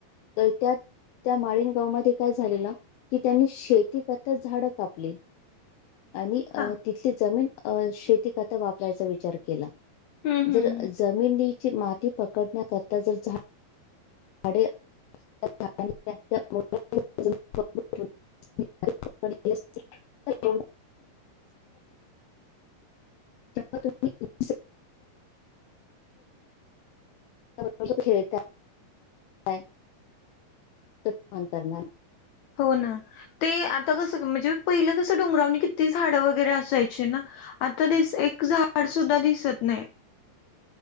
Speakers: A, on the left (about 85°); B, on the left (about 65°).
A: त्यात. त्या माळीन गावमध्ये काय झालेलं की त्यांनी शेती करता झाडं कापली. आणि अ
B: हा
A: तिथली जमीन अ शेती करता वापरायचा विचार केला.
B: हम्म हम्म
A: जर जमिनीची माती पकडण्याकरता जर झा <unintelligible> <unintelligible> <unintelligible> <unintelligible> काय <unintelligible> ती फोन करणार.
B: हो ना ते आता कसं म्हणजे पहिलं कसं डोंगरावनी किती झाडं वगैरे असायची ना. आता दिस एक झाड सुद्धा दिसत नाही.